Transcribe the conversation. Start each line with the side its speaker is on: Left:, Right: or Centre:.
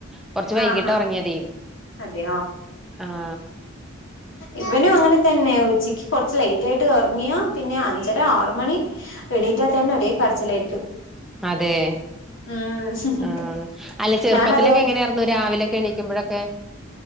Centre: കൊറച്ച് വൈകിട്ട്
Left: ആഹ് ആഹ്
Centre: ഉറങ്ങിയതെ
Left: അതെയോ
Centre: ആ
Left: ഇവനും അങ്ങനെ തന്നെയ ഉച്ചിക്ക് കുറച്ച് ലേറ്റ് ആയിട്ട് ഇറങ്ങിയാ പിന്നെ അഞ്ചര ആറ മണി എണീറ്റാ തന്നെ ഒരേ കരച്ചിലായിരിക്കും
Centre: അതെ
Left: ഉം
Centre: ആ അല്ല ചെറുപ്പത്തിലൊക്കെ
Left: ഞാനത്
Centre: എങ്ങനെയാർന്നു രാവിലെയൊക്കെ എണിക്കുമ്പോഴൊക്കെ